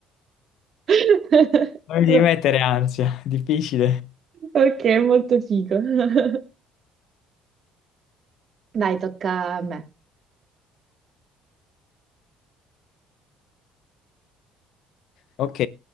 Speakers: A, on the right; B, on the left.
A: <laughs>
B: Non devi mettere ansia, <laughs> difficile.
A: Ok, molto figo. <laughs> Dai, tocca a me.
B: Ok,